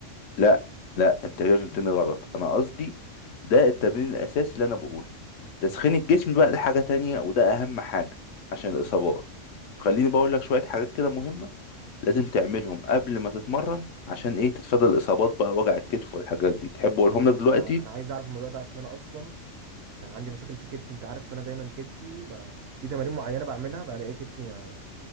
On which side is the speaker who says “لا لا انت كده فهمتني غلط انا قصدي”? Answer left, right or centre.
Left